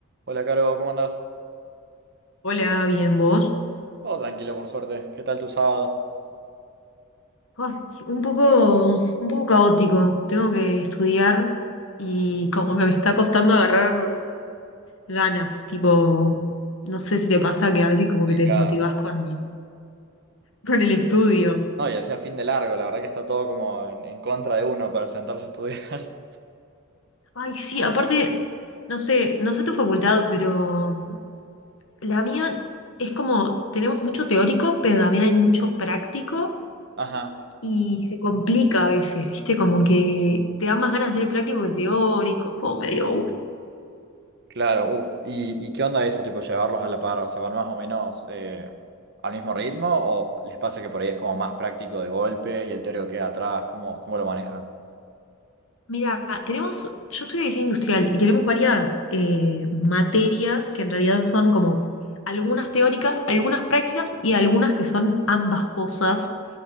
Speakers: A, on the right; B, on the left.
A: Hola, Caro, ¿cómo andás?
B: Hola, bien, ¿vos?
A: Todo tranquilo, por suerte. ¿Qué tal tu sábado?
B: Ah, un poco, un poco caótico. Tengo que estudiar y como que me está costando agarrar ganas. Tipo, no sé si te pasa que a veces como
A: Complicado.
B: que te desmotivás con, con el estudio.
A: No, y decía fin de largo, la verdad que está todo como en, en contra de uno para sentarse a estudiar.
B: Ay, sí, aparte, no sé, no sé tu facultad, pero la mía es como, tenemos mucho teórico, pero también hay mucho práctico
A: <laughs> Ajá.
B: y se complica a veces, ¿viste? Como que te da más ganas de hacer el práctico que el teórico, es como medio...
A: Claro, uff. ¿Y, y qué onda eso, tipo llevarlos a la par? O sea, ¿van más o menos eh, al mismo ritmo? ¿O les pasa que por ahí es como más práctico de golpe y el teórico queda atrás? ¿Cómo, cómo lo manejan?
B: Mira, tenemos, yo estudio diseño industrial y tenemos varias eh, materias que en realidad son como algunas teóricas, algunas prácticas y algunas que son ambas cosas,